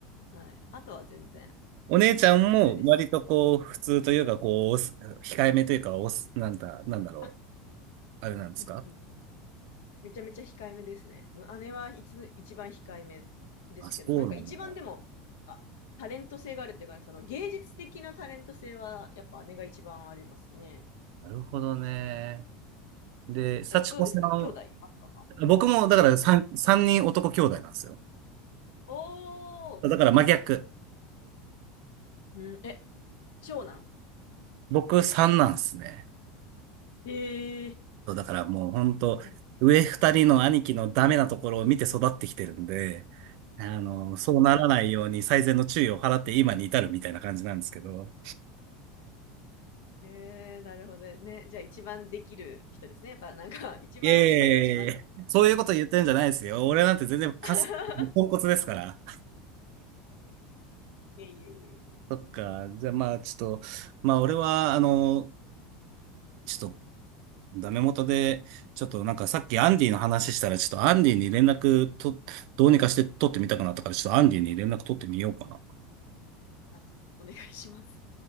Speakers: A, on the left; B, on the right.
A: はい。あとは全然
B: お姉ちゃんも割とこう、
A: 普通です。
B: 普通というか、こう、おす控えめというか、おす、なんだ、なんだろう、
A: あ、
B: あれなんですか
A: うんうん。めちゃめちゃ控えめですね。姉は一一番控えめですけど、
B: あ、そうなんだ。
A: なんか一番でも、あタレント性があるっていうかね、その芸術的なタレント性は、やっぱ姉が一番ありますね。
B: なるほどね。で、幸子さん、
A: え、どうですか兄弟いますか
B: 僕もだから三三人男兄弟なんですよ。
A: おおー、
B: だから真逆。
A: うん、え、長男
B: 僕三なんですね。
A: ええ
B: そうだからもう本当上二人の兄貴のダメなところを見て育ってきてるんで、
A: あ、そう。
B: あの、そうならないように最善の注意を払って今に至るみたいな感じなんですけど。
A: えー、なるほどね。じゃあ一番できる人ですね。やっぱなんか、一番下が一番できるね。
B: いやいやいやいやそういうこと言ってるんじゃないですよ。俺なんて全然カス、
A: <laughs>
B: ポンコツですから。
A: いえいえいえいえ。
B: そっか。じゃあまあちょっと、まあ俺は、あの、ちょっとダメ元で、ちょっとなんかさっきアンディの話したら、ちょっとアンディに連絡と、どうにかして取ってみたくなったから、ちょっとアンディに連絡取ってみようかな。
A: あ、お願いします。